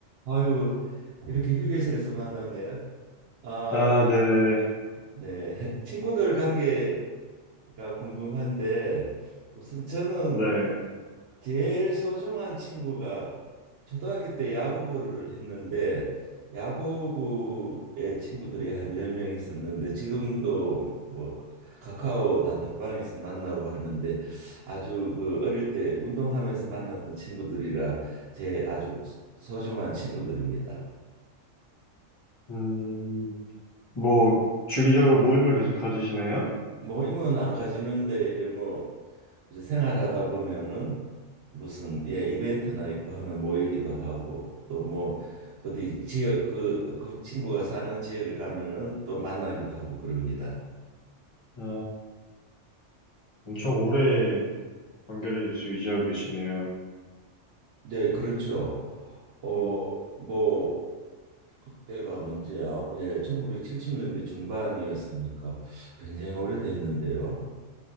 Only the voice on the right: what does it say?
아유, 이렇게 휴게실에서 만났네요. 아,
네. <laughs> 친구들 관계가 궁금한데, 우선 저는
제일 소중한 친구가 초등학교 때 야구부를 했는데, 야구부의 친구들이 한 10명 있었는데, 지금도 뭐 카카오 단톡방에서 만나고 하는데, 아주 그 어릴 때 운동하면서 만났던 친구들이라 제 아주 소중한 친구들입니다.
모임은 안 가지는데 이래 뭐 이제 생활하다 보면은 무슨 예 이벤트나 있고 하면 모이기도 하고 또 뭐 어디 지역 그, 그 친구가 사는 지역에 가면은 또 만나기도 하고 그럽니다.
네, 그렇죠. 어
뭐 그때가 언제야? 예, 1970년대 중반이었으니까 굉장히 오래됐는데요.